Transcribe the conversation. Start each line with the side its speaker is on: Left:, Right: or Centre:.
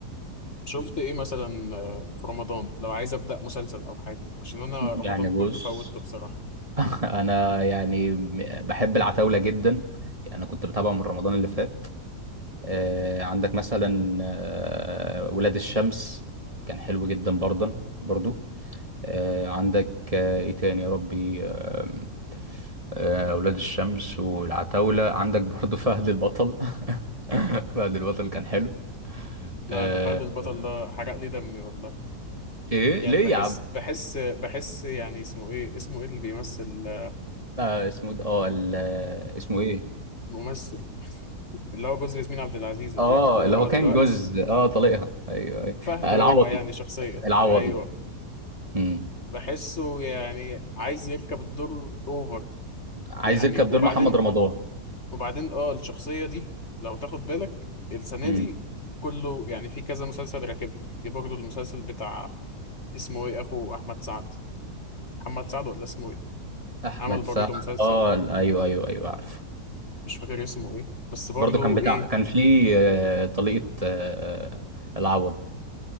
Left: شفت ايه مثلا آه، في رمضان لو عايز ابدا مسلسل او حاجه عشان انا
Right: يعني
Left: رمضان
Right: بص
Left: كله فوتته بصراحه
Right: <laughs> انا يعني م- بحب العتاوله جدا يعني انا كنت بتابعه من رمضان اللي فات آه عندك مثلا آه ولاد الشمس كان حلو جدا برضه برضو آه عندك آه ايه تاني يا ربي آه، اولاد الشمس والعتاولة عندك برضو فهد البطل <laughs> فهد البطل كان حلو
Left: لا
Right: آه،
Left: انا فهد البطل
Right: آه،
Left: ده حرق لي دمي والله
Right: ايه
Left: يعني
Right: ليه
Left: بحس
Right: يا عم
Left: بحس بحس يعني اسمه ايه اسمه ايه اللي بيمثل آه،
Right: آه، اسمه ده اه ال- آه، اسمه ايه
Left: الممثل <laughs> اللي هو جوز ياسمين عبد العزيز
Right: اه
Left: ولا طليقها
Right: اللي هو كان
Left: دلوقتي
Right: جوز اه طليقها ايوه ايوه
Left: فهد
Right: آه،
Left: هو
Right: العوضي
Left: يعني شخصيا
Right: العوضي
Left: ايوه
Right: مم.
Left: بحسه يعني عايز يركب الدور اوفر
Right: عايز
Left: يعني
Right: يركب
Left: وبعدين
Right: دور محمد رمضان
Left: وبعدين اه الشخصية دي لو تاخد بالك السنة
Right: مم.
Left: دي كله يعني في كذا مسلسل راكبها في برضه المسلسل بتاع اسمه ايه اخو احمد سعد محمد سعد ولا اسمه ايه
Right: احمد
Left: عمل برضه
Right: سعد
Left: مسلسل
Right: اه ايوه ايوه ايوه عارف
Left: مش فاكر اسمه ايه بس برضه
Right: برضو كان بتاع
Left: ايه
Right: كان في آه، طليقة آه، العوضي